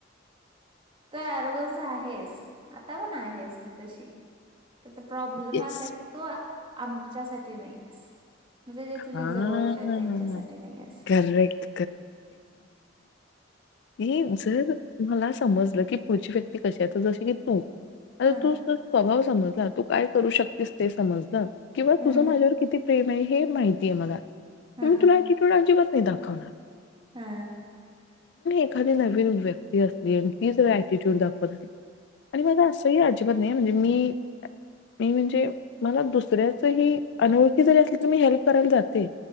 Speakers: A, on the right; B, on the left.
A: तू आरोगंन्स आहेस आता पण आहेस तू तशी त्या तर प्रॉब्लेम
B: येस.
A: असाय की तू -आमच्यासाठी नाहीयेस म्हणजे जे तुझ्या
B: हां.
A: जवळचे आहेत त्यांच्यासाठी नाहीयेस.
B: करेक्ट, हि जर मला समजलं की पुढची व्यक्ती कशी आहे तर जशी की तू आता
A: हा
B: तूच- स्वभाव समजला तू काय करू शकतेस ते समजलं किंवा
A: हा
B: तुझं माझ्यावर किती प्रेम आहे हे माहितीये मला
A: हा
B: म तुला ऍटिट्यूड अजिबात नाही दखवणार
A: हा
B: एखादी नवीन व्यक्ती असली आणि तीच ऍटिट्यूड दाखवत अली आणि माझ असंही अजीबात नाहीये म्हणजे मी मी म्हणजे मला दुसऱ्याच हि अनोळखी जरी असली तर मी हेल्प करायला जाते.